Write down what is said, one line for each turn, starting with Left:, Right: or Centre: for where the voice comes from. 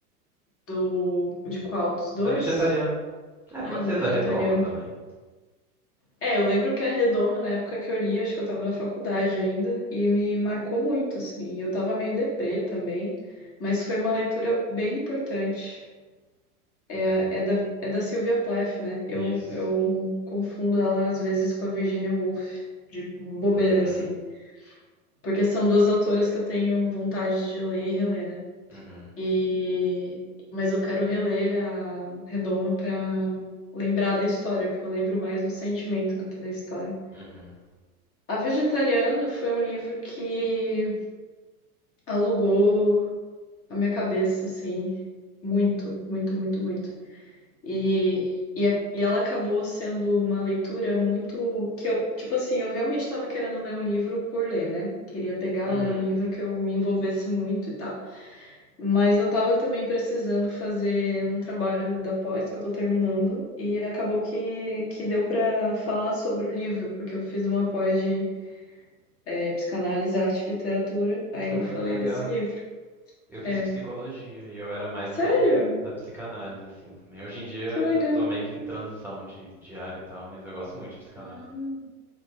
Left: Do de qual? Dos dois?
Centre: Da vegetariana. É, pode
Left: Ah, da
Centre: ser
Left: vegetariana.
Centre: da Redoma também.
Left: É, eu lembro que a Redoma, na época que eu li, acho que eu tava na faculdade ainda, e me marcou muito, assim. E eu tava meio deprê também, mas foi uma leitura bem importante. É,
Centre: Uhum.
Left: é da, é da Sylvia Plath, né? Eu,
Centre: Isso.
Left: eu confundo ela às vezes com a Virginia Woolf, de bobeira,
Centre: Uhum.
Left: assim. Porque são duas autoras que eu tenho vontade de ler e reler, né?
Centre: Uhum.
Left: E... Mas eu quero reler a Redoma pra lembrar da história, porque eu lembro mais do sentimento do que da história.
Centre: Uhum.
Left: A Vegetariana foi um livro que alugou a minha cabeça, assim, muito, muito, muito, muito. E, e, a- e ela acabou sendo uma leitura muito que eu, tipo assim, eu realmente estava querendo ler um livro por ler, né? Queria pegar,
Centre: Uhum.
Left: ler um livro que eu me envolvesse muito e tal. Mas eu tava também precisando fazer um trabalho da pós que eu tô terminando e acabou que, que deu pra falar sobre o livro, porque eu fiz uma pós de é, psicanálise, arte e literatura, aí
Centre: Ai,
Left: eu falei
Centre: que legal.
Left: desse livro.
Centre: Eu fiz
Left: É.
Centre: psicologia e eu era mais
Left: Sério?
Centre: da, da psicanálise, assim, também. Hoje em dia
Left: Que legal.
Centre: eu tô meio que em transição de, de área e tal, mas eu gosto muito de psicanálise.
Left: Ah.